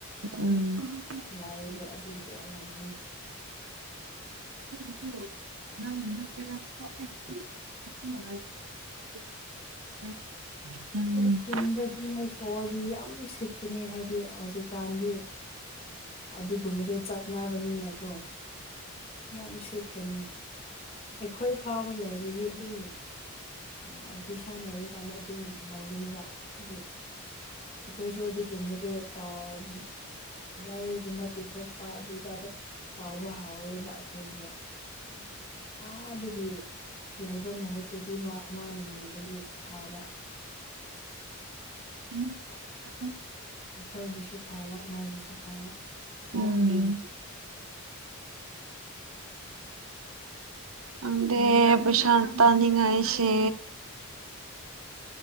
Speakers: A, on the right; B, on the left.
A: ꯎꯝ
B: ꯂꯥꯏꯗꯣ ꯑꯗꯨꯒꯤ ꯑꯣꯏꯔꯝꯒꯅꯤ
A: <unintelligible> <unintelligible> ꯎꯝ
B: ꯑꯩ ꯈꯨꯟꯗ ꯑꯗꯨꯝ ꯉꯥꯏꯊꯣꯛꯑꯗꯤ ꯌꯥꯝ ꯁꯤꯠꯀꯅꯤ ꯍꯥꯏꯗꯤ ꯍꯧꯖꯤꯛꯀꯥꯟꯗꯤ ꯑꯗꯨꯒꯨꯝꯕꯗꯣ ꯆꯠꯅꯕꯅꯤꯅꯀꯣ ꯌꯥꯝ ꯁꯤꯠꯀꯅꯤ ꯑꯩꯈꯣꯏ ꯐꯥꯎꯕ ꯂꯩꯔꯗꯤ ꯑꯗꯨꯅꯤ ꯑꯥ ꯒꯤꯁꯥꯟ ꯂꯩꯕ ꯀꯥꯟꯗ ꯑꯗꯨꯝ ꯂꯩꯒꯅꯤꯕ ꯍꯥꯏꯗꯤ ꯑꯩꯈꯣꯏꯁꯨ ꯑꯗꯨꯒꯨꯝꯕꯗꯣ ꯇꯥꯎꯔꯗꯤ ꯂꯩꯒꯨꯝꯕ ꯄꯤꯊꯣꯛꯄ ꯑꯗꯨꯇꯥꯗ ꯇꯥꯎꯕ ꯍꯧꯔꯣꯏꯕ ꯑꯩꯈꯣꯏꯁꯨ ꯑꯗꯒꯤ ꯂꯩꯕ ꯃꯍꯨꯠꯇꯗꯤ ꯃꯥ ꯑꯃ ꯂꯩꯔꯨꯒꯗꯤ ꯐꯕ
A: <inaudible>
B: ꯑꯩꯈꯣꯏꯒꯤꯁꯨ ꯐꯥꯕ ꯃꯥꯒꯤꯁꯨ ꯐꯕ
A: ꯎꯝ ꯎꯝ ꯎꯝ ꯈꯪꯗꯦ ꯄꯩꯁꯥ ꯇꯅꯤꯉꯥꯏꯁꯦ